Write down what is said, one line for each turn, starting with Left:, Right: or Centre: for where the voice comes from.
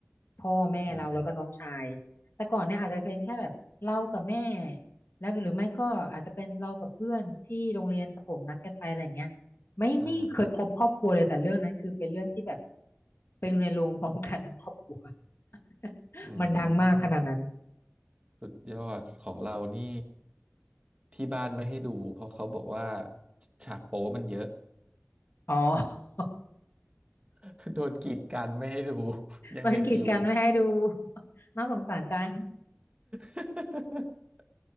Left: พ่อแม่เราแล้วก็น้องชายแต่ก่อนเนี่ยอาจจะเป็นแค่แบบเรากับแม่
Right: อืม
Left: แล้วหรือไม่ก็อาจจะเป็นเรากับเพื่อนที่โรงเรียนประถมนัดกันไปอะไรอย่างเงี้ยไม่ไม่เคยครบครอบครัวเลยแต่เรื่องนั้นคือเป็นเรื่องที่แบบ
Right: อ่า
Left: ไปดูในโรงพร้อมกันทั้งครอบครัว <laughs>
Right: อื
Left: มันดังมากขนาดนั้น
Right: มสุดยอดของเรานี่ที่บ้านไม่ให้ดูเพราะเขาบอกว่าฉากโป๊มันเยอะ
Left: อ๋อ
Right: <laughs> โดนกีดกันไม่ให้ดู <laughs> ยังเด็กอยู่
Left: มันกีดกันไม่ให้ดู <laughs> น่าสงสารจัง
Right: <laughs>